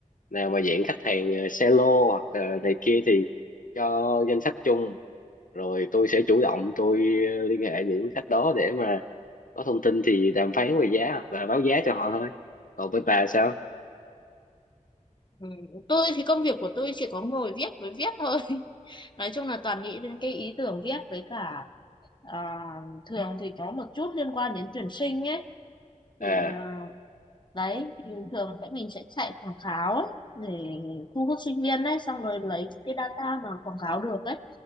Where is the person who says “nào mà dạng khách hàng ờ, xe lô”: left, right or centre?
Left